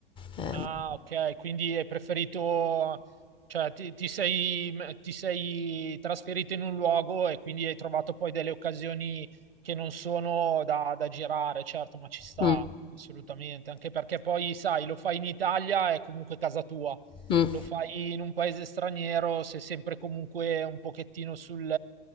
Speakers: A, on the left (about 15°); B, on the right (about 75°).
A: Eh,
B: Ah, ok, quindi hai preferito, cioè ti, ti sei, ti sei trasferito in un luogo e quindi hai trovato poi delle occasioni che non sono da, da girare, certo, ma ci sta,
A: mm,
B: assolutamente, anche perché poi, sai, lo fai in Italia è comunque casa tua,
A: mm,
B: lo fai in un paese straniero, sei sempre comunque un pochettino sul